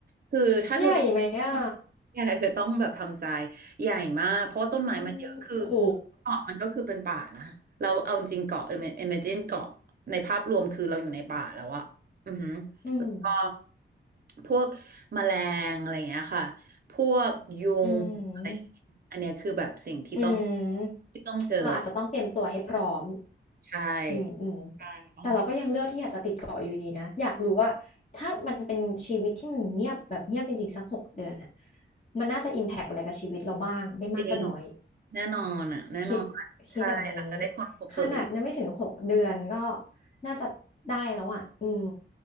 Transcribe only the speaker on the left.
ใหญ่ไหมอ่ะ
อืมโห
อืม
อืมอืม
เอออาจจะต้องเตรียมตัวให้พร้อม
อืมอืม
แต่เราก็ยังเลือกที่อยากจะติดเกาะอยู่ดีนะ อยากรู้ว่าถ้ามันเป็นชีวิตที่มันเงียบแบบเงียบจริงๆสักหกเดือนอ่ะมันน่าจะอิมแพกอะไรกับชีวิตเราบ้างไม่มากก็น้อย
คิดคิดแบบนี้ขนาดนั้นไม่ถึงหกเดือนก็น่าจะได้แล้วอ่ะอืม